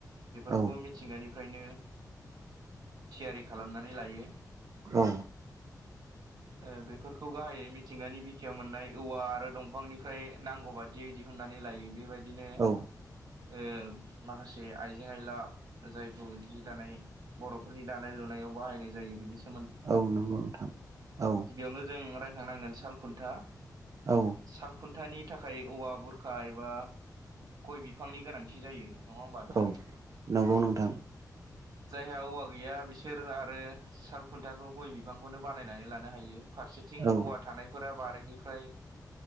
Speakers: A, on the right (about 75°); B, on the right (about 50°).
A: बेफोरखौबो
B: औ
A: मि थिंगानिफ्रायनो थियारि खालामनानै लायो।
B: औ
A: ओ बेफोरखौ गाहायै मि थिंगानि बिखायाव मोननाय औवा आरो दंफांनिफ्राय नांगौ बादियै दिहुननानै लायो बेबायदिनो ओ
B: औ
A: माखासे आइजें आयला जायखौ जि दानाय बर'फोरनि दानाय लुनायाव बाहायनाय जायो बेनि सो
B: औ नंगौ नोंथां औ
A: गिबियावनो जों रायखांनांगोन साल खुन्था
B: औ
A: साल खुन्थानि थाखाय औवा बुरखा एबा गय बिफांनि गोनांथि जायो। नङा होमबा नोंथां
B: औ नंगौ नोंथां।
A: <inaudible> जायहा औवा गैया बिसोर आरो साल खुन्थाखौ गय बिफांखौनो बानायनानै लानो हायो फारसेथिं
B: औ
A: औवा थानायफोरा बारिनिफ्राय